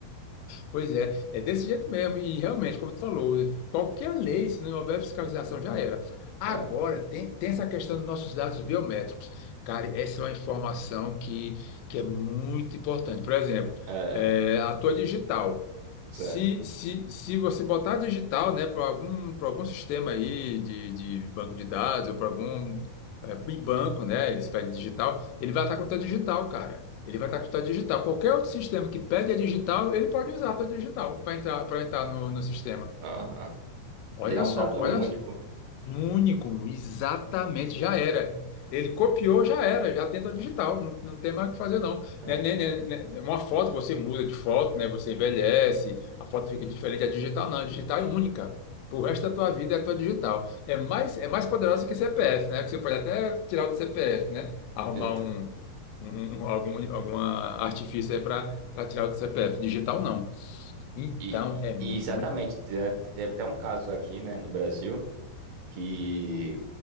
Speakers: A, on the left; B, on the right.
A: Pois é, é desse jeito mesmo. E realmente, como tu falou, qualquer lei, se não houver fiscalização, já era. Agora,
B: É,
A: tem, tem essa questão dos nossos dados biométricos. Cara, essa é uma informação que, que é muito importante. Por exemplo,
B: é,
A: eh, a tua digital.
B: certo.
A: Se, se, se você botar a digital, né, para algum, para algum sistema aí de, de banco de dados ou para algum eh, banco, né, eles pedem digital, ele vai estar com a tua digital, cara. Ele vai estar com digital. Qualquer outro sistema que pede a digital, ele pode usar a tua digital para entrar, para entrar no, no sistema.
B: Aham.
A: Olha
B: E é um
A: só,
B: dado
A: olha
B: único.
A: um único, exatamente, já era. Ele copiou, já era, já tem a digital, não, não tem mais o que fazer, não.
B: É.
A: Né, né, né, né, Uma foto você muda de foto, né? Você envelhece, a foto fica diferente. A digital não, a digital é única. Pro resto da tua vida é a tua digital. É mais, é mais poderosa que CPF, né? Que você pode até tirar do CPF, né? Arrumar
B: Exata-
A: um, um- um- um, algum, alguma artifício aí para tirar do CPF. Digital não. Então
B: E, e-
A: é muito.
B: e exatamente, te- teve até um caso aqui, né, no Brasil. que